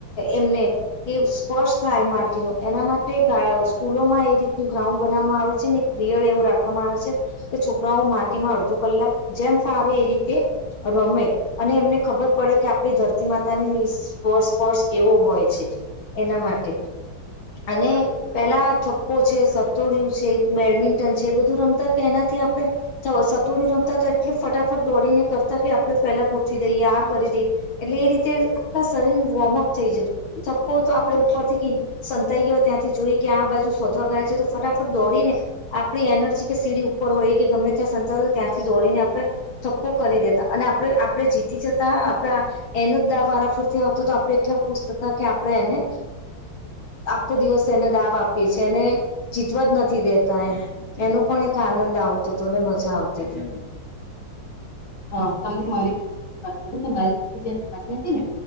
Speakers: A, on the left (about 75°); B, on the left (about 40°).
A: એમને કે સ્પર્શ થાય માટી ન એના માટે સ્કૂલોમાં રીતનું ગ્રાઉન્ડ બનાવામાં આવે છે ને એક પ્રિયળ એવું રાખવામાં આવે છે, કે છોકરાઓ માટીમાં અડધો કલાક જેમ ફાવે એ રીતે રમે, અને એમને ખબર પડે કે આપણી ધરતી માતાની સ્પર્શ કેવો હોય છે. એના માટે. અને પેલા થપ્પો છે સતોડિું છે બેડમિન્ટન છે એ બધું રમતા કે એનાથી આપડે, સતુડી રમતા તો એટલે ફટાફટ દોડીને કરતા કે આપણેે પેલા ગોઠવી દઈએ આ કરી દઈએ, એટલે એ રીતે આખા શરીર વોર્મઅપ થઈ જતું, થપ્પો તો આપે ઉપરથી સંતાઈ ગયો ત્યાંથી જોઈએ કે આ બાજુ સોવા ગ તો ફટાફટ દોડીને, આપણી એનર્જી કે સીડી ઉપર હોય કે ગમે ત્યાં સંત ત્યાંથી દોડીને થપ્પો કરી દેતા અને આપણે આપડે જીતી જતા આપણા, એનો જ દા વારાફરથી આવતો આપણે એટલા ખુશતા કે આપણે એને, આખો દિવસે એને દાવ આપીએ છીએ એને જીતવા જ નથી દેતા એ, એનો પણ એક આનંદ આવતો હતો ને મજા આવતી હતી.
B: હા તમને મારી વાત કરું કે મારી હતી ને.